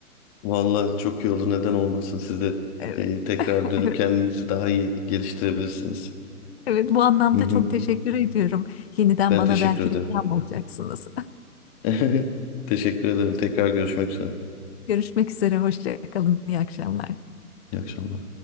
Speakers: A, on the left; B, on the left.
A: Vallahi çok iyi olur. Neden olmasın? Siz de
B: <laughs> Evet.
A: e, tekrar
B: <laughs>
A: dönüp kendinizi daha iyi geliştirebilirsiniz.
B: Evet, bu anlamda
A: Hı hı.
B: çok teşekkür ediyorum. Yeniden
A: Ben
B: bana
A: teşekkür
B: belki
A: ederim.
B: de ilham olacaksınız.
A: <laughs> Teşekkür ederim. Tekrar görüşmek üzere.
B: <laughs> Görüşmek üzere, hoşça kalın, iyi akşamlar.
A: İyi akşamlar.